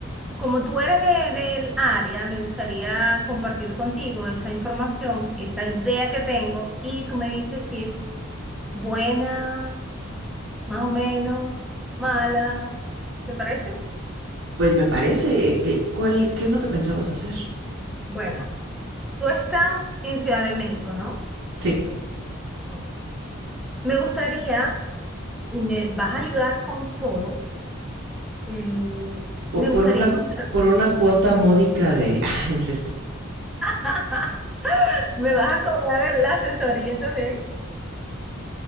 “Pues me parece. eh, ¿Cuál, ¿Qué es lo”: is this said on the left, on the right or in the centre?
Right